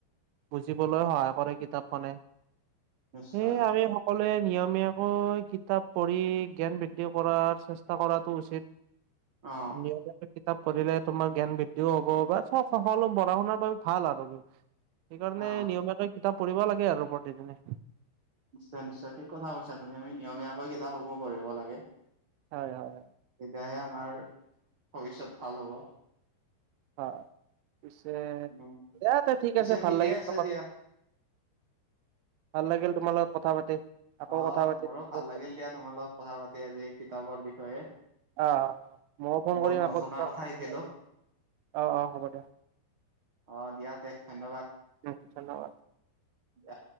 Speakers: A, on the right (about 85°); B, on the right (about 70°).
A: বুজিবলৈ সহায় কৰে কিতাপখনে।
B: নিশ্চয়
A: সেয়ে আমি সক <unintelligible> সকলোৱে নিয়মীয়াকৈ কিতাপ পঢ়ি জ্ঞান বৃদ্ধি কৰাৰ চেষ্টা কৰাটো উচিত।
B: অ
A: আমি আক <unintelligible> কিতাপ পঢ়িলে তোমাৰ জ্ঞান বৃদ্ধিও হ'ব বা চব সকলো পঢ়া-শুনাৰ বাবে ভাল আৰু সেইকাৰণে
B: অ
A: নিয়মীয়াকৈ কিতাপ পঢ়িব লাগে আৰু প্ৰতিদিনে।
B: নিশ্চয় নিশ্চয়, ঠিক কথা কৈছা তুমি। আমি নিয়মীয়াকৈ কিতাপসমূহ পঢ়িব লাগে।
A: হয় হয় হয়।
B: তেতিয়াহে আমাৰ ভৱিষ্যত ভাল হ'ব।
A: হয়, পিছে
B: উম,
A: দিয়া তে ঠিক
B: পিছে
A: আছে ভাল
B: ঠিকে
A: লাগিল
B: আছে
A: কথা
B: দিয়া।
A: ভাল লাগিল তোমাৰ লগত কথা পাতি। আকৌ
B: অহ
A: কথা পাতিম
B: মোৰো ভাল
A: ফোন
B: লাগিল
A: কৰিম
B: দিয়া তোমাৰ লগত কথা পাতি আজি কিতাপৰ বিষয়ে।
A: অ অ অ ময়ো ফোন
B: বহুত
A: কৰিম আকৌ
B: নজনা
A: কিবা
B: কথা
A: <unintelligible>
B: শিকিলো
A: অ' অ' হ'ব দিয়া।
B: অ দিয়া তে ধন্যবাদ।
A: উ ধন্যবাদ।
B: দিয়া।